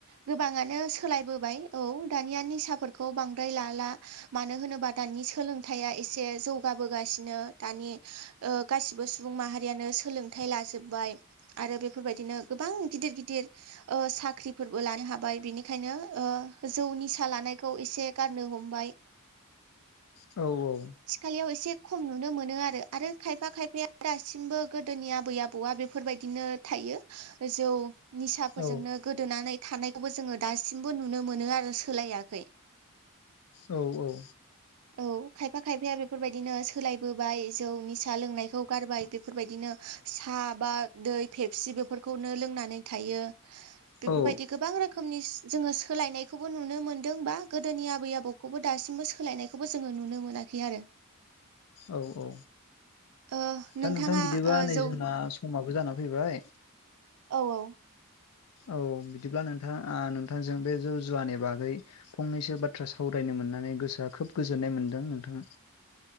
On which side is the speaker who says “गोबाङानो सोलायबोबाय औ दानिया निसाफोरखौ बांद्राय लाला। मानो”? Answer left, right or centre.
Right